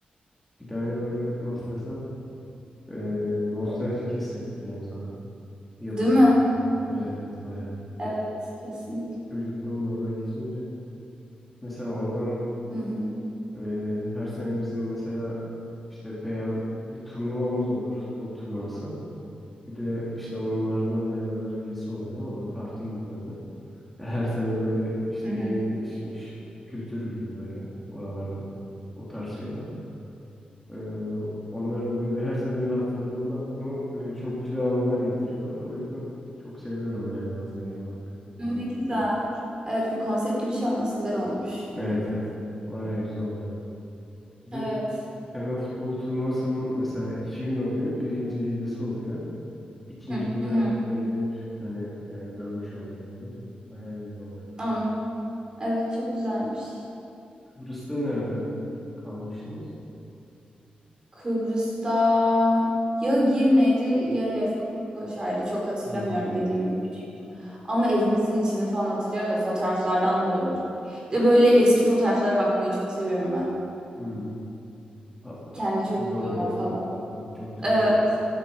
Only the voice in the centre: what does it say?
bir tane böyle nasıl desem eee nostaljik hissettiriyor insana. Yapısı.
Evet evet baya.
Çocukluğum da orada geçince. Mesela oradan
eee, her sene bizim mesela işte beyaz bir turnuvamız olur. Futbol turnuvası. Bir de işte onlardan beyazlar gerisi oluyor. O da parti gibi böyle. Her sene böyle işte
gelenekleşmiş
kültür gibi böyle oralarda. O tarz şeyler. Ee, onların böyle her seferinde hatırladığımda aklıma böyle çok güzel anılar getiriyorlar. O yüzden çok seviyorum yani yazlığı genel olarak.
Evet evet. Bayağı güzel oluyor. Bir
de hemen futbol turnuvasının mesela iki gün oluyor. Birinci gecesi oluyor. İkinci
günü
herkes eğlenip hani e, dönmüş oluyor böyle. Bayağı güzel oluyor.
Kıbrıs'ta nerede kalmıştınız?
Hmm.
Hmm. Ha,
güzel oluyor.
evet. Çok, çok güzel.